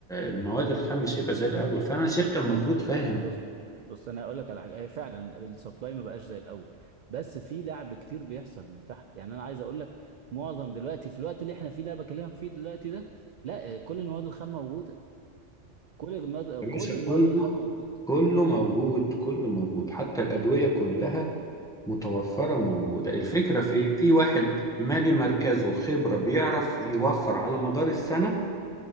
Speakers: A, in the centre; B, on the right (about 55°).
A: المواد الخام مش هيبقى زي الاول فانا شركه المفروض فاهم
B: بص بص انا هقول لك على حاجه هي فعلا السبلاي ما بقاش زي الاول بس في لعب كتير بيحصل من تحت يعني انا عايز اقول لك معظم دلوقتي في الوقت اللي احنا فيه ده بكلمك فيه دلوقتي ده لا آه، كل المواد الخام موجوده كل المواد
A: يا باشا
B: كل
A: كله
B: المواد الخام موجوده
A: كله موجود كله موجود حتى الادويه كلها متوفرة وموجودة الفكرة في
B: أم-
A: إيه؟ في واحد مالي مركزه خبرة بيعرف يوفر على مدار السنة